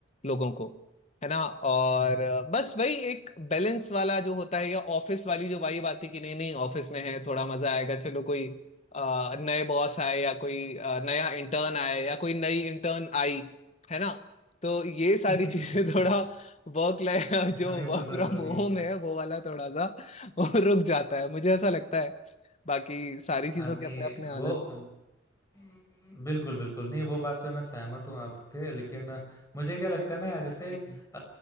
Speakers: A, on the left; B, on the left.
A: लोगों को है ना और
B: हम्म,
A: अ, बस वही एक बैलेंस वाला जो होता है या ऑफिस वाली जो वाइब आती है कि नहीं नहीं ऑफिस में है थोड़ा मजा आएगा चलो कोई अ, नए बॉस आए या कोई अ, नया इंटर्न आए या कोई नई इंटर्न आई है ना तो ये सारी
B: हम्म।
A: चीजें <laughs> थोड़ा वर्क लाइफ
B: <laughs>
A: जो
B: हमें
A: वर्क
B: वो जरूरी
A: फ्रॉम होम
B: है
A: है वो वाला थोड़ा सा <laughs> वो रुक जाता है मुझे ऐसा लगता है बाकी सारी चीजों
B: अ, नहीं
A: के अपने अपने
B: वो
A: आनंद
B: हम्म, बिल्कुल बिल्कुल नहीं वो बात पे मैं सहमत हूँ आपके लेकिन अ, मुझे क्या लगता है ना यार जैसे
A: हाँ
B: अ,